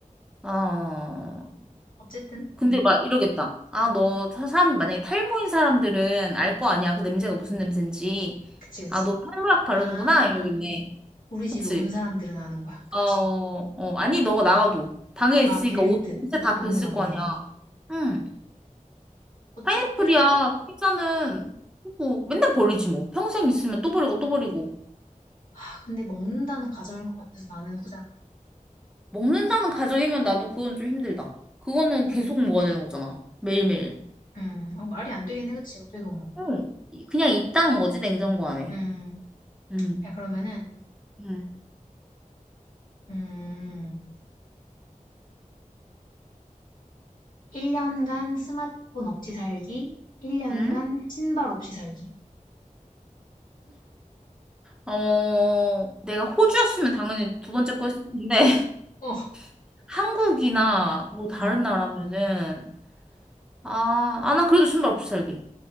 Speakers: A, in the centre; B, on the left.
A: 어,
B: 어쨌든,
A: 근데
B: 응?
A: 막 이러겠다. 아, 너, 사- 사람, 만약에 탈모인 사람들은 알 거 아니야. 그 냄새가 무슨 냄새인지.
B: 그치, 그치.
A: 아, 너 탈모약 바르는구나?
B: 아,
A: 이러겠네.
B: 우리 집에
A: 그치?
B: 온 사람들은 아는 거야. 그치.
A: 어, 어, 아니, 너가 나가도. 방에
B: 와,
A: 있으니까
B: 벨리뜻.
A: 옷, 옷에 다
B: 맞네,
A: 뱄을
B: 맞네.
A: 거 아니야. 응.
B: 어쨌든,
A: 파인애플이야. 피자는 뭐 맨날 버리지 뭐. 평생 있으면 또 버리고 또 버리고.
B: 아, 근데 먹는다는 가정일 것 같아서 나는 후자.
A: 먹는다는 가정이면 나도 그건 좀 힘들다. 그거는 계속 먹어야 되는 거잖아. 매일매일.
B: 음, 어, 말이 안 되겠네, 그치? 어떻게 이거 먹어?
A: 응. 그냥 있다는 거지, 냉장고 안에.
B: 음,
A: 응.
B: 야, 그러면은,
A: 응.
B: 음, 1년간 스마트폰 없이 살기, 1년간
A: 응?
B: 신발 없이 살기.
A: 어, 내가 호주였으면 당연히 두 번째 거 했을 텐데,
B: 어,
A: <laughs> 한국이나 뭐 다른
B: 음,
A: 나라면은, 아, 아, 나 그래도 신발 없이 살기.